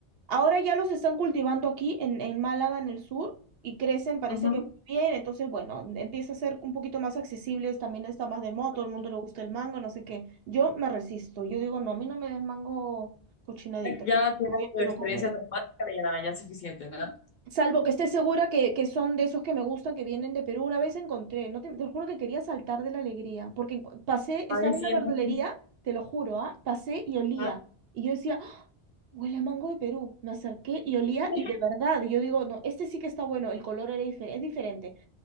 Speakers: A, on the right (about 65°); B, on the left (about 50°).
A: Ahora ya los están cultivando aquí en, en Málaga, en el sur, y crecen, parece
B: Ujú,
A: que muy bien. Entonces, bueno, empieza a ser un poquito más accesibles. También está más de moda,
B: ok.
A: todo el mundo le gusta el mango, no sé qué. Yo me resisto. Yo digo, no, a mí no me des mango cochinadito.
B: Ya
A: Ya
B: ya tienes
A: voy a
B: tu
A: Perú
B: experiencia
A: a comer.
B: traumática, ya, ya es suficiente, ¿no?
A: Salvo que esté segura que, que son de esos que me gustan, que vienen de Perú. Una vez encontré, no te, te lo juro que quería saltar de la alegría, porque encu- pasé, estaba
B: A ver si
A: en la verdulería,
B: ya... no-
A: te lo juro, ¿ah? Pasé y olía.
B: ¿Ah?
A: Y yo decía, "¡Ah! huele a mango de Perú. Me acerqué y olía
B: <laughs>
A: y de verdad, y yo digo, no, este sí que está bueno, el color era difer- es diferente.